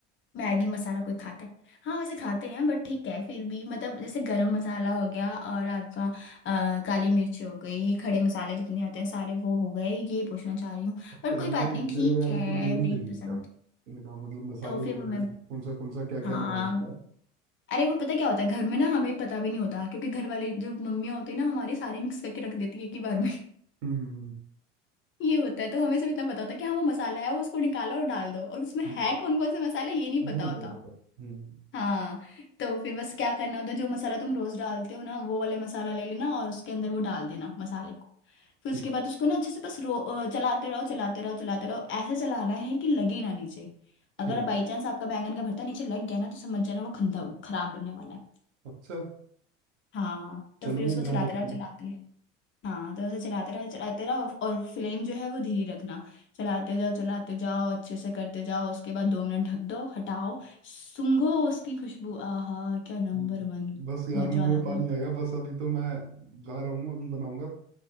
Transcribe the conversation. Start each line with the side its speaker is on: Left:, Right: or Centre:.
Left: मैगी मसाला कोई खाता है हाँ वैसे खाते हैं बट ठीक है फिर भी मतलब जैसे गरम मसाला हो गया और आपका अ, काली मिर्च हो गई खड़े मसाले जितने आते हैं सारे वो हो गए ये पूछना चाह रही हूँ
Right: तो
Left: पर
Right: ये
Left: कोई बात नहीं
Right: मेरे
Left: ठीक
Right: को यार
Left: है
Right: इतना नॉलेज
Left: नहीं
Right: नहीं है
Left: पसंद
Right: इनका इनका मतलब मसालों
Left: तो फिर
Right: के बारे
Left: मैं
Right: में कौन सा कौन सा क्या
Left: हाँ
Right: क्या नाम होता है
Left: अरे वो पता क्या होता है घर में ना हमें पता भी नहीं होता क्योंकि घर वाले जो मम्मियाँ होती है ना हमारे सारे मिक्स करके रख देती है एक ही बार में
Right: हम्म हम्म
Left: ये होता है तो हमें सिर्फ इतना पता होता है कि हाँ वो मसाला है वो उसको निकालो और डाल दो और उसमें
Right: हम्म,
Left: है कौन कौन से मसाला ये नहीं
Right: ये
Left: पता
Right: नहीं
Left: होता
Right: पता होता हम्म हम्म।
Left: हाँ तो फिर बस क्या करना होता है जो मसाला तुम रोज डालते हो ना वो वाले मसाला ले लेना और उसके अंदर वो डाल देना मसाले को फिर
Right: ठीक
Left: उसके बाद उसको ना अच्छे से बस रो अ, चलाते रहो चलाते रहो चलाते रहो ऐसे चलाना है कि लगे ना नीचे
Right: ठीक
Left: अगर बाई चांस आपका बैंगन का भरता नीचे लग गया ना तो समझ जाना वो खंदा खराब बनने वाला है
Right: अच्छा
Left: हाँ तो
Right: चलो
Left: फिर
Right: मैं
Left: उसको
Right: ध्यान
Left: चलाते
Right: रखता
Left: रहो
Right: हूँ
Left: चलाते हाँ तो उसे चलाते रहो चलाते रहो और फ्लेम जो है वो धीरे रखना चलाते जाओ चलाते जाओ अच्छे से करते जाओ उसके बाद दो मिनट ढक दो हटाओ सूंघो उसकी खुशबू आहा क्या नंबर
Right: हम्म,
Left: वन
Right: बस यार
Left: मजा
Right: मुंह
Left: आ जाता
Right: में पानी
Left: है
Right: आ गया बस अभी तो मैं जा रहा हूँ अभी बनाऊंगा